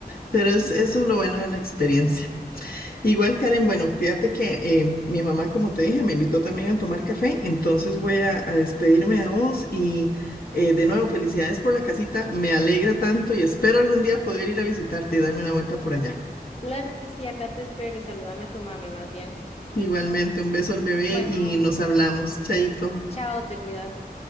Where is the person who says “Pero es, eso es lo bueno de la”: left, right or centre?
Left